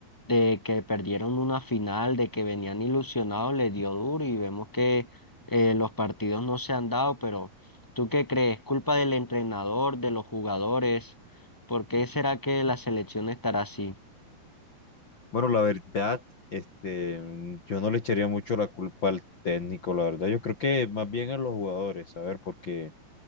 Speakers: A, in the centre; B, on the left.
A: de que perdieron una final, de que venían ilusionados, les dio duro y vemos que eh, los partidos no se han dado, pero ¿Tú qué crees? ¿Culpa del entrenador, de los jugadores? ¿Por qué será que la selección estará así?
B: Bueno, la verdad, este, mm, yo no le echaría mucho la culpa al técnico, la verdad. Yo creo que más bien a los jugadores, a ver, porque